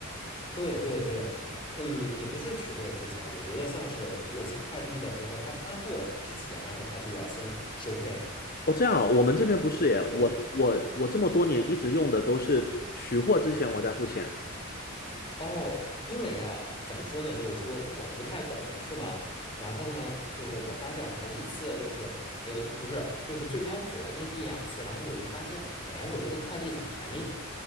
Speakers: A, on the left; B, on the left.
A: 对对对，嗯，也不是取货之前，我觉得像是国际快递的时候，他发货之前，然后他就要先收费。
B: 哦，这样哦，我们这边不是耶，
A: 对
B: 我我我这么多年一直用的都是取货之前我再付钱，
A: 哦，因为啊，怎么说呢？就是说我不太懂，不是吗？然后呢，就是我发现好几次，就是呃，不是，就是最开始的那一两次，然后我就发现，哎，我这个快递怎么还没